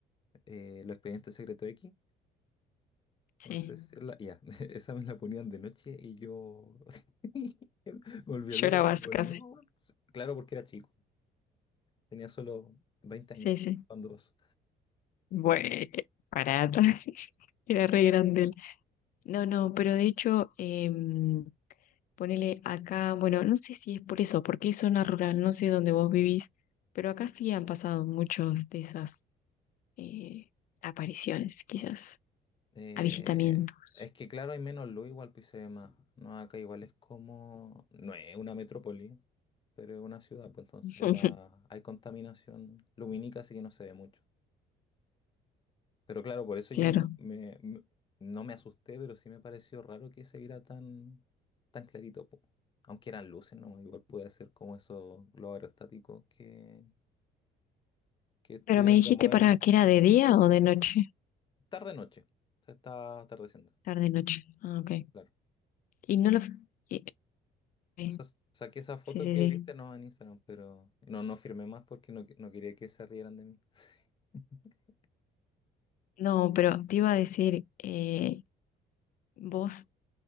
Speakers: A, on the left; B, on the left.
A: eh, Los Expedientes Secretos X,
B: sí.
A: no sé si es la... Ya, <laughs> esa me la ponían de noche y yo <laughs> me volvía
B: Llorabas
A: loco, así como,
B: casi.
A: no. Claro, porque era chico, tenía solo 20
B: Sí,
A: años
B: sí.
A: cuando pasó.
B: Bueno, parada. <laughs> Era re grande. él. No, no, pero de hecho, em, ponele acá, bueno, no sé si es por eso, porque es zona rural, no sé dónde vos vivís, pero acá sí han pasado muchos de esas eh, apariciones, quizás,
A: Eh,
B: avistamientos.
A: es que claro, hay menos luz, igual pues, y se ve más. No, acá igual es como. No es una metrópoli, pero es una ciudad, pues entonces
B: <laughs>
A: la... hay contaminación lumínica, así que no se ve mucho. Pero claro, por eso
B: Claro.
A: yo me, me- me- no me asusté, pero sí me pareció raro que se viera tan, tan clarito, po. Aunque eran luces, ¿no? Igual puede ser como esos globos aerostáticos que, que estuvieron
B: Pero me dijiste
A: de modelo
B: para que era de día o de noche,
A: tarde noche. Se está atardeciendo.
B: tarde noche. Ah, ok.
A: claro.
B: Y no lo. y- ok.
A: O sea, saqué esa foto
B: Sí, sí,
A: que
B: sí.
A: viste no en Instagram, pero no, no firmé más porque no, no quería que se rieran de mí. <laughs>
B: No, pero te iba a decir, eh, vos,